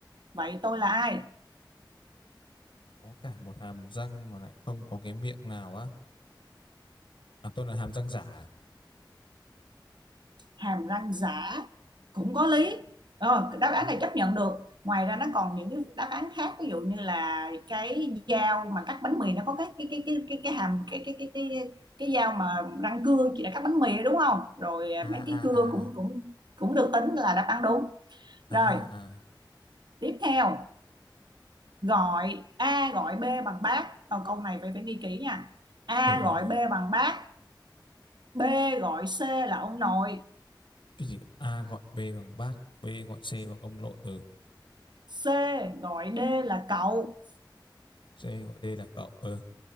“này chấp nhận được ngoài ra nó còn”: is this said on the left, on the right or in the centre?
Right